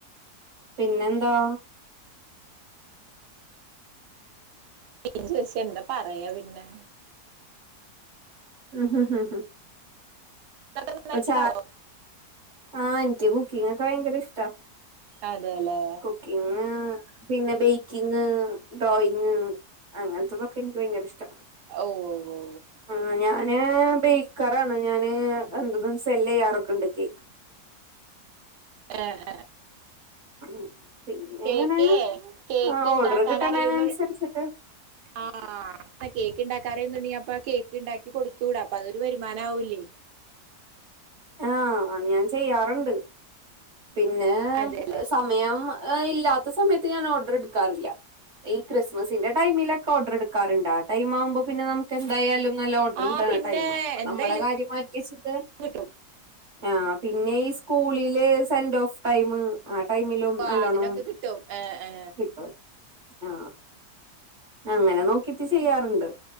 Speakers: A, on the right; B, on the right.
A: പിന്നെന്താ
B: ഇങ്ങനെ ചോദിച്ച എന്താ പറയാ പിന്നെ
A: ഹ് ഹ് ഹ്
B: നന്നായിട്ടുണ്ടാവോ
A: പ ച ആ ആന്റ്റ കുക്കി ഭയങ്കര ഇഷ്ടാ
B: അതെല്ലേ
A: കുക്കിംഗ് പിന്നെ ബേക്കിങ് ഡ്രോയിങ് അങ്ങതോതൊക്കെ ഇങ്ക് ഭയങ്കര ഇഷ്ട
B: ഓ ഓ ഓ
A: ആ ഞാന് ബേക്കാറാണ് ഞാന് എന്തു സെല്ലയാറൊക്കെ ഉണ്ട് കേക്ക്
B: ആഹ ഹഹ
A: ഉം പിന്നെ
B: കേക്കേ
A: അങ്ങനെ
B: കേക്ക്
A: ആഹ്
B: ഇണ്ടാക്കാൻ
A: ഓർഡർ കിട്ടണേനനുസരിച്ചിട്ട്
B: അറിയുന്നു ആഹ അ കേക്കണ്ടാക്ക ന്നുണ്ടെകിൽ അപ്പ കേക്ക് ണ്ടാക്കി കൊടുത്തൂടെ അപ്പ അതൊരു വരുമാനവൂല്ലേ
A: ആഹ ഞാൻ ചെയ്യാറുണ്ട് പിന്നെ
B: അതെ
A: സമയം ആ ഇല്ലാത്ത സമയത്ത് ഞാൻ ഓർഡർ എടുക്കാറില്ല ഈ ക്രിസ്മസിന്റെ ടൈമിലൊക്കെ ഓർഡർ എടുക്കാറ്ണ്ട് ടൈം ആവുമ്പോ പിന്നെ നമുക്ക് എന്തായാലും നല്ല ഓർഡർ
B: ആ
A: കിട്ട്ണ
B: പിന്നെ
A: ടൈം അപ്പ
B: എന്തായാലും
A: നമ്മുടെ കാര്യ മാറ്റി വെച്ചിട്ട്
B: കിട്ടും
A: ആഹ പിന്നെ ഈ സ്കൂളില് സെന്റ് ഓഫ് ടൈം ആ ടൈമിലും
B: അപ്പൊ
A: നല്ലോണം
B: അതിനൊക്കെ കിട്ടും ഏ ഏ
A: കിട്ടും ആ അങ്ങനെ നോക്കിട്ട് ചെയ്യാ റുണ്ട്